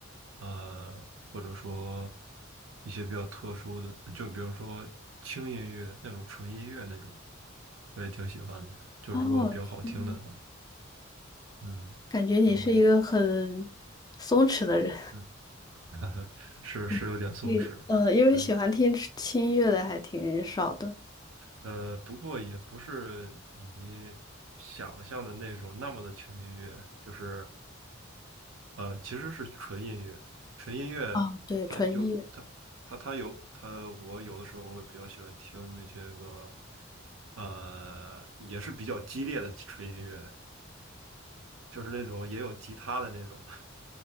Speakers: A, on the right; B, on the left.
A: 呃，或者说一些比较特殊的，就比如说轻音乐那种纯音乐那种，我也挺喜欢的，就如果比较好听的话，
B: 哦，嗯
A: 嗯，
B: 感觉你是一个很
A: 然后。
B: 松弛的人，
A: 嗯。<laughs> 是是有点松弛，
B: <laughs> 你呃，因为喜欢听轻音乐的还挺少的。
A: 对，呃，不过也不是你想象的那种那么的轻音乐，就是呃，其实是纯音乐，纯音乐它有它它它有它，
B: 啊，对，纯音乐。
A: 我有的时候会比较喜欢听那些个呃，也是比较激烈的纯音乐，就是那种也有吉他的那种，<laughs>